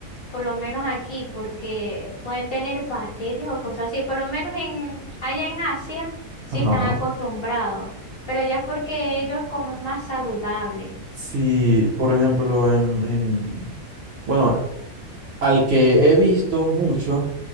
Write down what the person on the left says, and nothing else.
Por lo menos aquí, porque pueden tener bacterias o cosas así. Por lo menos en, allá en Asia sí
están acostumbrados. Pero ya es porque ellos como es más saludable.